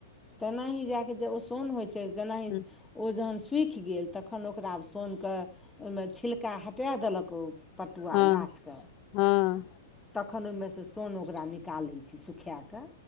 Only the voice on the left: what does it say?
हुँ
हँ
हँ